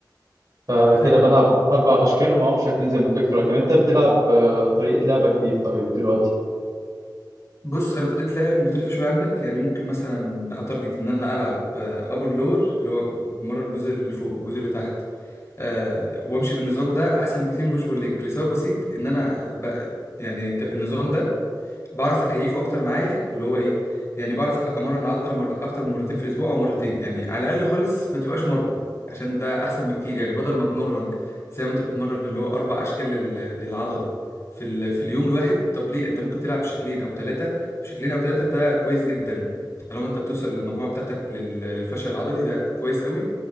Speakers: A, on the right; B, on the left.
A: فكده
B: حلو
A: بلعب اربع اشكال ومعاهم شكلين زي ما قلت لك دلوقتي طب انت بتلعب آه، طريقه لعبك ايه طيب دلوقتي
B: بص انا طريقه لعبي مختلفه شويه عنك يعني ممكن مثلا اتارجت ان انا العب ابر لور اللي هو بمرن الجزء اللي فوق والجزء اللي تحت آه، وامشي بالنظام ده احسن بكتير من بوش بول ليج لسبب بسيط ان انا ب... يعني الت- النظام ده بعرف اكيفه اكتر معايا اللي هو ايه يعني بعرف امرن العضله مر... اكتر من مرتين في الاسبوع او مرتين يعني على الاقل خالص ما تبقاش مره عشان ده احسن بكتير يعني بدل ما اتمرن زي ما انت بتتمرن اللي هو اربع اشكال لل... للعضله في ال... في اليوم الواحد طب ليه انت ممكن تلعب شكلين او ثلاثه شكلين او ثلاثه ده كويس جدا طالما انت بتوصل المجموعه بتاعتك لل... للفشل العضلي ده كويس قوي